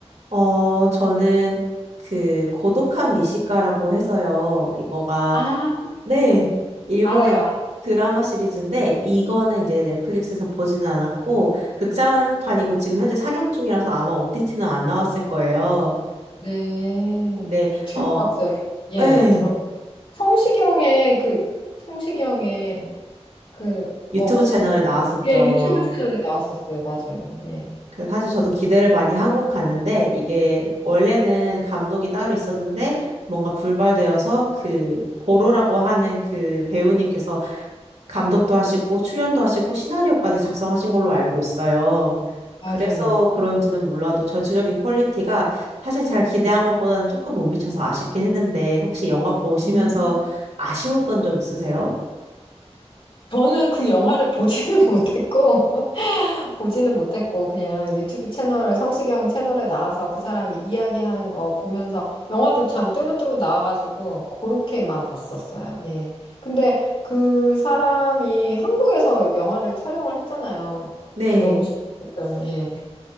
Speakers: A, on the right; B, on the left.
A: 어, 저는 그, 고독한 미식가라고 해서요. 이거가
B: 아,
A: 네, 일본의
B: 알아요.
A: 드라마 시리즈인데 이거는 이제 넷플릭스에서 보지는 않았고 극장판이고 지금 현재 상영 중이라서 아마 OTT는 안 나왔을 거예요.
B: 네.
A: 근데
B: 들어봤어요.
A: 어,
B: 예,
A: 예,
B: 들어. 성시경의 그, 성시경의 그, 뭐,
A: 유튜브 채널에 나왔었죠.
B: 예, 유튜브 채널에 나왔었어요. 맞아요. 예.
A: 그 사실 저도 기대를 많이 하고 갔는데 이게 원래는 감독이 따로 있었는데 뭔가 불발되어서 그 고로라고 하는 그 배우님께서 감독도 하시고 출연도 하시고 시나리오까지 작성하신 걸로 알고 있어요.
B: 맞아요,
A: 그래서
B: 맞아요.
A: 그런지는 몰라도 전체적인 퀄리티가 사실 제가 기대한 것보다는 조금 못 미쳐서 아쉽긴 했는데 혹시 영화 보시면서
B: 음.
A: 아쉬웠던 적 있으세요?
B: 저는 그 영화를 보지는 <laughs> 못했고, <laughs> 보지는 못했고, 그냥 유튜브 채널, 성시경 채널에 나와서 그 사람이 이야기하는 거 보면서, 영화도 참 뜨문뜨문 나와가지고, 그렇게만 봤었어요. 예. 근데 그 사람이 한국에서 영화를 촬영을 했잖아요.
A: 네.
B: 그게 너무 신기했어요. 예.